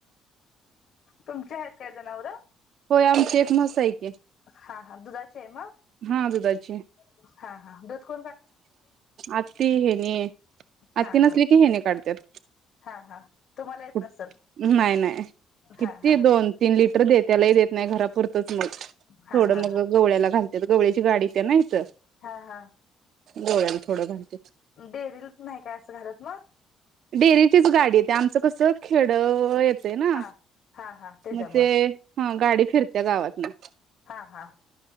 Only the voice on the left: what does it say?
तुमच्या आहेत काय जनावर?
हा हा दुधाचे मग
<unintelligible> हा दुध कुठल
हा
हा
हा हा तुम्हाला येत
नसल
हा हा
हा हा
हा हा
डेरीला नाही काय असं घालत मग?
हा हा हा त्याच्यामुळं
हा हा